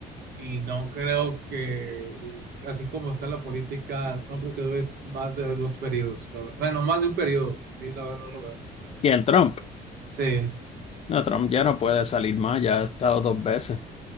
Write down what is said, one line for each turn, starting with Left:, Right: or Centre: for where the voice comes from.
Right: y no creo que, así como está la política, no creo que dure más de dos periodos, la verdad. Bueno, más de un periodo, sí, la verdad no lo veo.
Left: Y en Trump,
Right: Sí,
Left: no, Trump ya no puede salir más, ya ha estado dos veces.